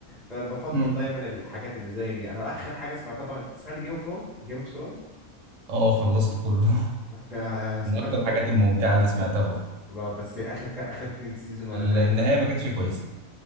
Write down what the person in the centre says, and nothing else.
فانا بفضل
دايما الحاجات اللي زي دي انا اخر حاجه سمعتها طبعا انت سمعت جيم اوف ثرونز جيم اوف ثرونز
انا سمعت
كله
لا، بس اخر ك... اخر اتنين سيزون ولا
تلاته سيزون